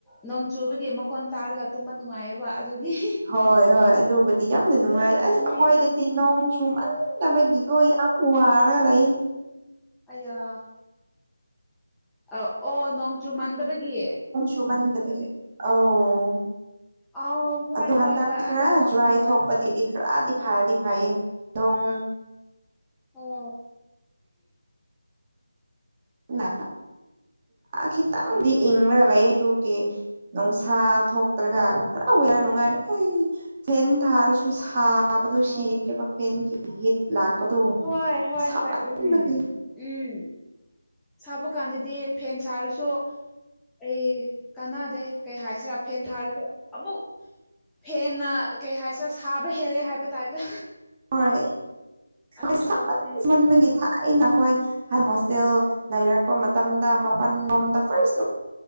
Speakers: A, in the centre; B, on the right.
A: ꯅꯣꯡ ꯆꯨꯕꯒꯤ ꯃꯈꯣꯟ ꯇꯥꯔꯒ ꯇꯨꯝꯕ ꯅꯨꯡꯉꯥꯏꯌꯦꯕ ꯑꯗꯨꯒꯤ
B: ꯍꯣꯏ ꯍꯣꯏ ꯑꯗꯨꯕꯨꯗꯤ ꯌꯥꯝꯅ ꯅꯨꯡꯉꯥꯏ
A: ꯑꯗꯨ ꯈꯛꯇꯅꯦ
B: ꯑꯁ ꯑꯩꯈꯣꯏꯗꯗꯤ ꯍꯥꯏꯗꯤ ꯅꯣꯡ ꯆꯨꯃꯟꯗꯕꯒꯤ ꯈꯣꯏ ꯌꯥꯝ ꯋꯥꯔꯒ ꯂꯩ
A: ꯑꯌꯥ ꯑ ꯑꯣ ꯅꯣꯡ ꯆꯨ ꯃꯟꯗꯕꯒꯤ
B: ꯇꯨꯃꯟꯗꯕꯒꯤ ꯑꯣ
A: ꯑꯥꯎ ꯍꯣꯏ
B: ꯑꯗꯨ
A: ꯍꯣꯏ
B: ꯍꯟꯗꯛ
A: ꯍꯣꯏ
B: ꯈꯔ
A: ꯑꯗꯨꯝ ꯇꯧꯅꯤ
B: ꯖꯨꯂꯥꯏ
A: ꯍꯣꯏ
B: ꯊꯣꯛꯄꯗꯗꯤ
A: ꯍꯣꯏ
B: ꯈꯔꯗꯤ ꯐꯔꯗꯤ ꯍꯥꯏꯌꯦ ꯗꯣꯡ
A: ꯑꯣ ꯎꯝ
B: ꯅꯥ ꯈꯤꯇꯪꯗꯤ
A: ꯎꯝ
B: ꯏꯪꯂꯒ ꯂꯩꯌꯦ ꯇꯨ ꯀꯦ ꯅꯨꯡꯁꯥ ꯊꯣꯛꯇ꯭ꯔꯒ
A: ꯑꯣ
B: ꯄꯨꯔ ꯋꯥꯌꯔ ꯅꯨꯡꯉꯥꯏꯔꯦ ꯑꯩ ꯐꯦꯟ ꯊꯥꯔꯁꯨ ꯁꯥ ꯊꯥꯕꯗꯨ
A: ꯑꯣ
B: ꯁꯤꯈ꯭ꯔꯤꯕ ꯐꯦꯟꯒꯤ ꯍꯤꯠ ꯂꯥꯛꯄꯗꯨ
A: ꯍꯣꯏ ꯍꯣꯏ
B: ꯁꯥꯃꯟꯕꯒꯤ
A: ꯍꯣꯏ ꯎꯝ ꯎꯝ ꯁꯥꯕ ꯀꯥꯟꯗꯗꯤ ꯐꯦꯟ ꯁꯥꯔꯁꯨ ꯑꯩ ꯀꯥꯟꯅꯗꯦ ꯀꯩ ꯍꯥꯏꯁꯤꯔꯥ ꯐꯦꯟ ꯊꯥꯔꯁꯨ ꯑꯃꯨꯛ ꯐꯦꯟꯅ ꯀꯩ ꯍꯥꯏꯁꯤꯔꯥ ꯁꯥꯕ ꯍꯦꯜꯂꯦ ꯍꯥꯏꯕ ꯇꯥꯏꯞꯇ
B: ꯍꯣꯏ
A: ꯑꯗꯨꯝ
B: ꯑꯩ ꯁꯥꯝꯟ
A: ꯇꯧꯕꯅꯦ
B: ꯃꯟꯕꯒꯤ ꯊꯥꯏꯅꯈꯣꯏ ꯍꯣꯁꯇꯦꯜ ꯂꯩꯔꯛꯄ ꯃꯇꯝꯗ ꯃꯄꯥꯜ ꯂꯣꯝꯗ ꯐꯔꯁ